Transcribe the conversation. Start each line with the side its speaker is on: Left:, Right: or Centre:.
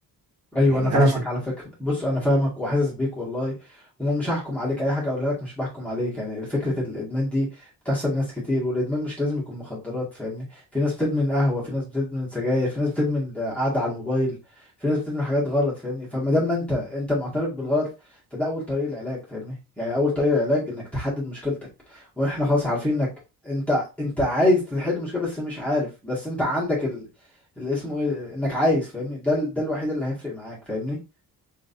Centre: ايوه
Right: يعني
Centre: انا فاهمك
Right: انا شربت
Centre: على فكره بص انا فاهمك وحاسس بيك والله ومش هحكم عليك اي حاجه اقولها لك مش بحكم عليك يعني فكره الادمان دي بتحصل ناس كتير والادمان مش لازم يكون مخدرات فاهمني في ناس بتدمن قهوه في ناس بتدمن سجاير في ناس بتدمن قعده على الموبايل في ناس بتدمن حاجات غلط فاهمني فما دام ما انت انت معترف بالغلط فده اول طريق العلاج فاهمني يعني اول طريق العلاج انك تحدد مشكلتك واحنا خلاص عارفين انك انت انت عايز تحل المشكله بس مش عارف بس انت عندك اللي اسمه ايه انك عايز فاهمني ده ال- ده الوحيد اللي هيفرق معاك فاهمني